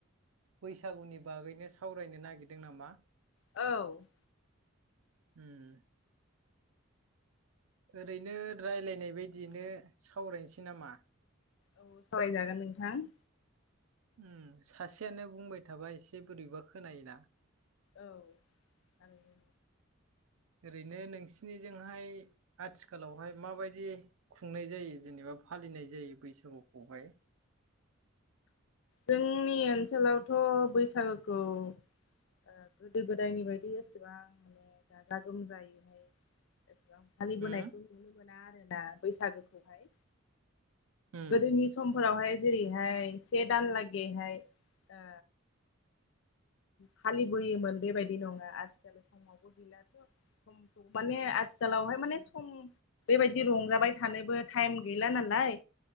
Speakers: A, on the right; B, on the left.
A: बैसागुनि बागैनो सावरायनो नागिरदों नामा?
B: औ
A: उम्म। ओरैनो राय्लायनाय बायदियैनो सावरायनोसै नामा?
B: औ सावरायजागोन नोंथां।
A: उम्म सासेयानो बुंबाय थाबा एसे बोरैबा खोनायोना।
B: औ थारैनो।
A: ओरैनो नोंसिनिजोंहाय आथिखालावहाय माबायदि खुंनाय जायो जेनेबा फालिनाय जायो बैसागुखौहाय
B: जोंनि ओनसोलावथ' बैसागोखौ ओ गोदो गोदायनि बायदि एसेबां माने गाजा गोमजायैहाय एसेबां फालिबोनायखौ
A: उम
B: नुनो मोना आरोना बैसागोखौहाय
A: उम
B: गोदोनि समफोरावहाय जेरैहाय से दानलागैहाय ओ फालिबोयोमोन बेबायदि नङा आजिखालि समावबो गैलाथ' सम माने आथिखालावहाय माने सम बेबायदि रंजाबाय थानोबो टाइम गैला नालाय।